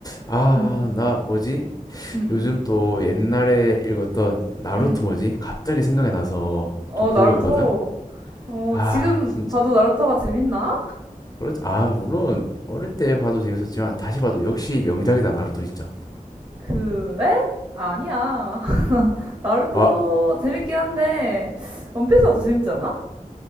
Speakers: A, on the left; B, on the right.
A: 아,
B: 음,
A: 나 뭐지?
B: 음, 음,
A: 요즘 또 옛날에 읽었던 나루토
B: 음.
A: 뭐지? 갑자기 생각이 나서
B: 어,
A: 좀 보고
B: 나루토.
A: 있거든.
B: 어,
A: 아,
B: 지금
A: 진짜.
B: 봐도 나루토가 재밌나?
A: 그렇 아, 물론 어릴 때 봐도 재밌었지만 다시 봐도 역시 명작이다 나루토 진짜.
B: 그래? 아니야. <laughs> 나루토
A: 아,
B: 재밌긴 한데, 원피스가 더 재밌지 않아?